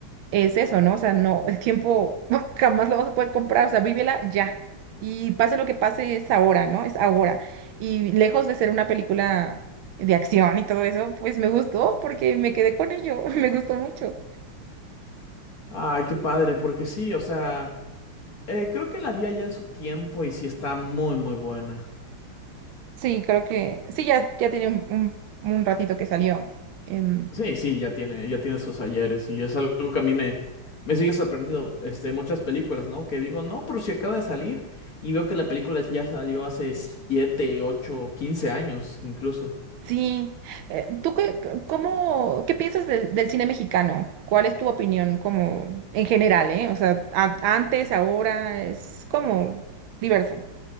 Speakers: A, on the right (about 75°); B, on the left (about 45°).
A: es eso, ¿no? O sea, no, el tiempo <laughs> jamás lo vas a poder comprar, o sea, vívela ya. Y pase lo que pase, es ahora, ¿no? Es ahora. Y lejos de ser una película de acción y todo eso, pues me gustó porque me quedé con ello, <laughs> me gustó mucho.
B: Ay, qué padre, porque sí, o sea, eh, creo que la vi allá en su tiempo y sí está muy, muy buena.
A: Sí, creo que, sí, ya, ya tiene un, un- un ratito que salió. Em,
B: Sí, sí, ya tiene, ya tiene sus ayeres y es algo que a mí me, me sigue sorprendiendo, este, muchas películas, ¿no? Que digo, no, pero si acaba de salir y veo que la película ya salió hace 7, 8, 15 años incluso.
A: sí, Eh, ¿tú qué, c- cómo, qué piensas del, del cine mexicano? ¿Cuál es tu opinión como en general, eh? O sea, a- antes, ahora, es como diverso.